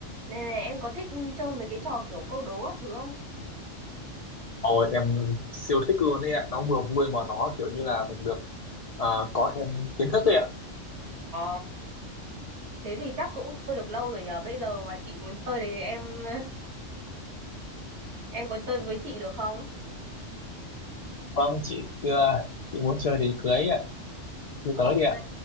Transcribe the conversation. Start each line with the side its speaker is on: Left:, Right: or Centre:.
Right: Này này, em có thích chơi mấy cái trò kiểu câu đố các thứ không?
Left: Ôi em siêu thích luôn ấy ạ, nó vừa vui mà nó kiểu như là mình được ờ, có thêm kiến thức ấy ạ.
Right: Ồ, thế thì chắc cũng chơi được lâu rồi nhờ. Bây giờ mà chị muốn chơi thì em em có chơi với chị được không?
Left: Vâng, chị ờ, chị muốn chơi thì cưới ấy ạ, cứ tới
Right: Ok,
Left: đi ạ.